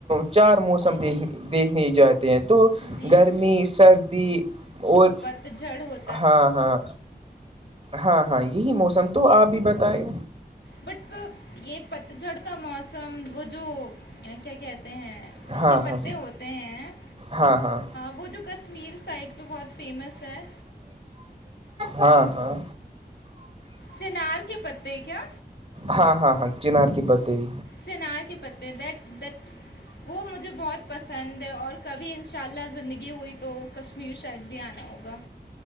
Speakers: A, on the right; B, on the left.
A: چار موسم دیکھ دیکھنے جات ہیں تو
B: جی
A: گرمی سردی اور
B: تو جڑ ہو
A: ہاں ہاں ہاں ہاں یہی موسم تو آپ بھی بتائائے
B: بٹ یہ پتجھڑ کا موسم وہ جو کیا کہتے ہیں
A: ہاں
B: اس کے پتے
A: ہاں
B: ہوتے ہیں
A: ہاں ہاں
B: وہ جو کشمیر سائڈ پہ بہت فیمس ہے
A: ہاں ہاں
B: چنار کے پتے کیا
A: ہاں ہاں ہاں چنار کی پتے ہی
B: سےنار کے پتے د دٹ وہ مجھے بہت پسند ہے اور کبھی ان شاء اللہ زندگی ہوئی تو کشمیر سائڈ بھی آنا ہوگا